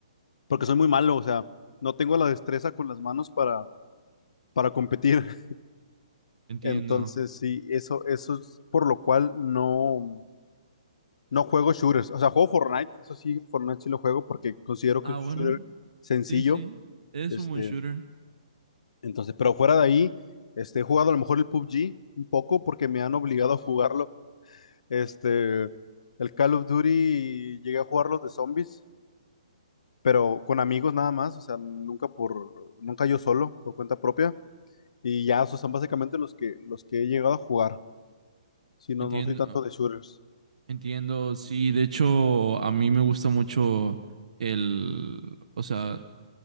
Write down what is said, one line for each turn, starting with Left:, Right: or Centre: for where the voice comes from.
Left: porque soy muy malo, o sea, no tengo la destreza con las manos para, para competir. <laughs>
Right: Entiendo.
Left: Entonces, sí, eso, eso es por lo cual no. No juego shooters, o sea, juego Fortnite, eso sí, Fortnite sí lo juego porque considero que
Right: Ah,
Left: es un
Right: bueno.
Left: shooter sencillo,
Right: Sí, sí. Es
Left: este,
Right: un buen shooter.
Left: entonces, pero fuera de ahí, este, he jugado a lo mejor el PUBG un poco porque me han obligado a jugarlo, este, el Call of Duty llegué a jugar los de zombies, pero con amigos nada más, o sea, nunca por, nunca yo solo, por cuenta propia, y ya, esos son básicamente los que, los que he llegado a jugar, si no,
Right: Entiendo.
Left: no soy tanto
Right: ah,
Left: de shooters,
Right: Entiendo. Sí, de hecho, a mí me gusta mucho el, o sea,